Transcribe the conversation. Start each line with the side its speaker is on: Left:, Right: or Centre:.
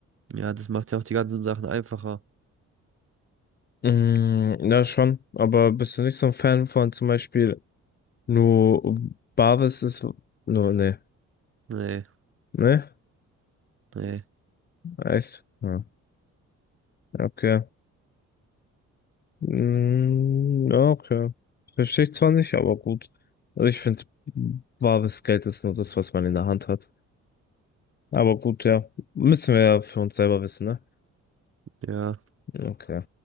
Right: Ja, das macht ja auch die ganzen Sachen einfacher.
Left: Mm, ja, schon, aber bist du nicht so ein Fan von zum Beispiel nur Barvis ist, nur, nee,
Right: Nee,
Left: ne?
Right: nee,
Left: Echt? Ja, okay. Mm, ja, okay. Verstehe ich zwar nicht, aber gut. Also ich finde, wahres Geld ist nur das, was man in der Hand hat. Aber gut, ja. Müssen wir ja für uns selber wissen, ne?
Right: ja.
Left: Okay.